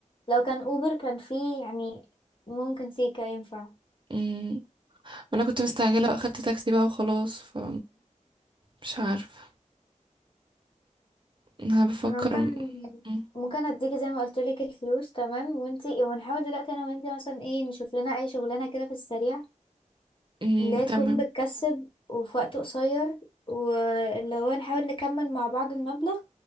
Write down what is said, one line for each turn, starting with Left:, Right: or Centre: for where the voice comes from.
Left: لو كان اوبر كان فيه يعني ممكن سيكا ينفع
Right: مم. وانا كنت مستعجلة
Left: لا،
Right: واخدت تاكسي بقى وخلاص ف مش عارفة انا بفكر
Left: انا ممكن
Right: مم.
Left: ممكن اديكي زي ما قلت لك الفلوس تمام وانتي ونحاول دلوقتي انا وانتي مثلا ايه نشوف لنا اي شغلانه كده في السريع
Right: مم.
Left: اللي هي تكون
Right: تمام
Left: بتكسب وفي وقت قصير واللي هو نحاول نكمل مع بعض المبلغ